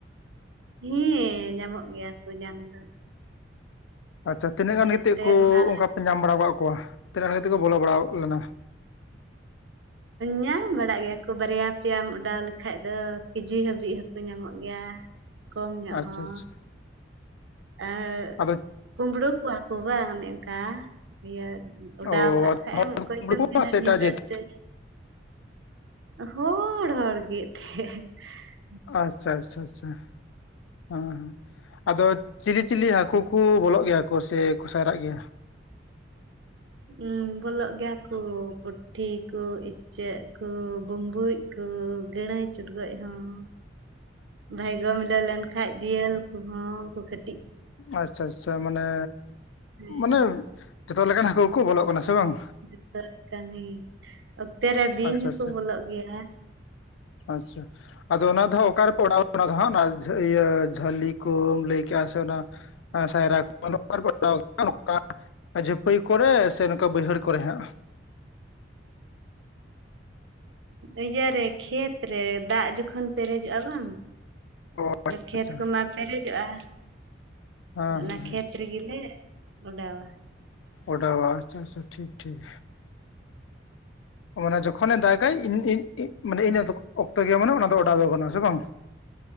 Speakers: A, on the right (about 65°); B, on the left (about 80°).
A: ᱦᱮᱸᱻ, ᱧᱟᱢᱚᱜ ᱜᱮᱭᱟ ᱠᱩ, ᱧᱟᱢ ᱫᱚ ᱾
B: ᱟᱪᱪᱷᱟ, ᱛᱤᱱᱟᱹᱜ ᱜᱟᱱ
A: ᱱᱚᱛᱮ
B: ᱜᱤᱛᱤᱜ ᱠᱚ
A: ᱢᱟ
B: ᱚᱱᱠᱟ ᱯᱮ, ᱧᱟᱢ ᱵᱟᱲᱟ ᱟᱠᱟᱫ ᱠᱚᱣᱟ, ᱛᱤᱱᱟᱹᱜ ᱜᱟᱱ ᱠᱟᱛᱮ ᱠᱩ ᱵᱚᱞᱚ ᱵᱟᱲᱟ ᱞᱮᱱᱟ ᱾
A: ᱧᱟᱢ ᱵᱟᱲᱟᱜ ᱜᱮᱭᱟ ᱠᱚ, ᱵᱟᱨᱭᱟ ᱯᱮᱭᱟᱢ ᱚᱰᱟᱣ ᱞᱮᱠᱷᱟᱡ ᱫᱚ, ᱠᱮᱡᱤ ᱦᱟᱹᱵᱤᱡ ᱦᱚᱸᱠᱩ ᱧᱟᱢᱚᱜ ᱜᱮᱭᱟ ᱾ ᱠᱚᱢ ᱧᱚᱜ,
B: ᱟᱪᱪᱷᱟ
A: ᱦᱚ
B: ᱟᱪᱪᱷᱟ
A: ᱾ ᱮᱸᱼᱟ,
B: ᱟᱫᱚ
A: ᱠᱩᱢᱵᱽᱲᱩ ᱠᱩᱣᱟ ᱠᱩ, ᱵᱟᱝ ᱚᱱᱮ ᱚᱱᱠᱟ, ᱤᱭᱟᱹ ᱾ ᱚᱰᱟᱣ
B: ᱚ
A: ᱠᱟᱜ
B: ᱟᱫᱚ
A: ᱠᱷᱟᱡ ᱮᱢ, ᱚᱠᱚᱭ ᱪᱚᱝ ᱛᱤᱱᱟᱹᱜ
B: ᱥᱮ
A: ᱧᱤᱫᱟᱹ
B: ᱮᱴᱟᱜ ᱡᱟᱹᱛ
A: ᱨᱮ ᱚᱪᱚᱭ ᱦᱚᱲ, ᱦᱚᱲ ᱜᱮ ᱮᱛᱮ ᱾
B: ᱟᱻᱪᱷᱟ, ᱪᱷ ᱪᱷᱟ, ᱟᱪᱪᱷᱟ ᱾ ᱦᱟᱸ ᱦᱟᱸ, ᱟᱫᱚ, ᱪᱤᱞᱤ ᱪᱤᱞᱤ ᱦᱟᱹᱠᱩ ᱠᱩ, ᱵᱚᱞᱚᱜ ᱜᱮᱭᱟ ᱠᱩ, ᱥᱮ ᱠᱚ ᱥᱟᱭᱨᱟᱜ ᱜᱮᱭᱟ‌?
A: ᱩᱸᱻ ᱵᱚᱞᱚᱜ ᱜᱮᱭᱟ ᱠᱩ, ᱯᱩᱴᱷᱤ ᱠᱩ ᱤᱪ ᱪᱟᱹᱜ ᱠᱩ, ᱵᱩᱢᱵᱩᱸᱡ ᱠᱩ, ᱜᱟᱹᱬᱟᱹᱭ ᱪᱚᱰᱜᱚᱡ ᱦᱚᱸ ᱾ ᱵᱷᱟᱭᱜᱳ ᱢᱤᱞᱟᱹᱣ ᱞᱮᱱ, ᱠᱷᱟᱡ ᱡᱤᱭᱟᱹᱞ ᱠᱩᱦᱚᱸ, ᱠᱩᱠᱮᱴ
B: ᱟᱪᱪᱷᱟ ᱟᱪᱪᱷᱟ ᱢᱟᱱᱮ,
A: ᱦᱮᱸ
B: ᱢᱟᱱᱮ ᱡᱷᱚᱛᱚ ᱞᱮᱠᱟᱱ ᱦᱟᱹᱠᱩ ᱠᱩ ᱵᱚᱞᱚᱜ ᱠᱟᱱᱟ ᱥᱮ ᱵᱟᱝ?
A: ᱡᱚᱛᱚ ᱞᱮᱠᱟᱱ ᱦᱮ ᱚᱠᱛᱮ ᱨᱮ ᱵᱤᱧ
B: ᱟᱪᱪᱷᱟ
A: ᱦᱚᱸᱠᱩ
B: ᱟᱪᱪᱷᱟ
A: ᱵᱚᱞᱚᱜ ᱜᱮᱭᱟ᱾
B: ᱟᱪᱪᱷᱟ ᱟᱫᱚ ᱚᱱᱟ ᱫᱚᱼᱟᱸᱜ ᱚᱠᱟ ᱨᱮ ᱯᱮ ᱚᱰᱟᱣ ᱚᱱᱟ ᱫᱚ ᱦᱟᱸᱜ ᱚᱱᱟ ᱤᱭᱟᱹ ᱡᱷᱟᱹᱞᱤ ᱠᱩᱢ ᱞᱟᱹᱭ ᱠᱮᱫᱮᱜᱼᱟ ᱥᱮ ᱚᱱᱟ ᱟ <unintelligible> ᱥᱟᱭᱨᱟ ᱠᱚ ᱱᱚᱝᱠᱟ ᱯᱴᱟᱣ ᱱᱚᱝᱠᱟ <unintelligible> ᱡᱟᱹᱯᱟᱹᱭ ᱠᱚ ᱨᱮ ᱥᱮ ᱱᱚᱝ ᱠᱟ ᱵᱟᱹᱭᱦᱟᱹᱲ ᱠᱚ ᱨᱮ ᱦᱟᱸᱜ?
A: ᱤᱭᱟᱹᱨᱮ ᱠᱷᱮᱛ ᱨᱮ ᱫᱟᱜ ᱡᱚ ᱠᱷᱚᱱ ᱯᱮᱨᱮᱡᱚᱜᱼᱟ ᱵᱟᱝ
B: ᱚ ᱟᱪᱪᱷᱟ
A: ᱠᱷᱮᱛ
B: ᱟᱪᱪᱷᱟ
A: ᱠᱚᱢᱟ ᱯᱮᱨᱮᱡᱚᱜᱼᱟ,
B: ᱦᱮᱸ
A: ᱚᱱᱟ
B: ᱦᱮᱸ ᱦᱮᱸ
A: ᱠᱷᱮᱛ ᱨᱮᱜᱮ ᱞᱮ ᱚᱰᱟᱣᱟ᱾
B: ᱚᱰᱟᱣᱟ ᱟᱪᱪᱷᱟ ᱟᱪᱪᱷᱟ ᱴᱷᱤᱠ ᱴᱷᱤᱠ ᱢᱟᱱᱮ ᱡᱚᱠᱷᱚ ᱱᱮ ᱫᱟᱜ ᱜᱟᱭ ᱢᱟᱱᱮ ᱤᱱᱼᱤᱱᱟᱹ ᱚᱠᱛᱚ ᱜᱮ ᱢᱟᱱᱮ ᱚᱱᱟ ᱫᱚ ᱚᱰᱟᱣ ᱫᱚ ᱜᱟᱱᱚᱜᱼᱟ ᱥᱮ ᱵᱟᱝ?